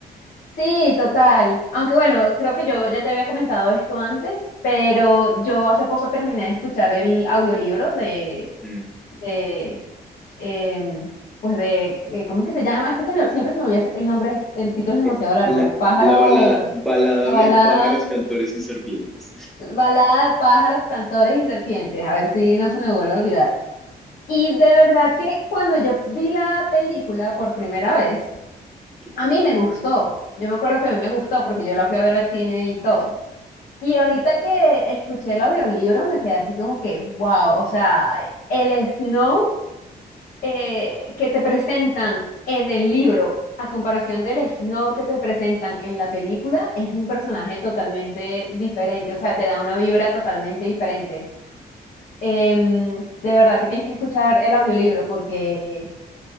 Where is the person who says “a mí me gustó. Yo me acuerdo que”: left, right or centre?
Left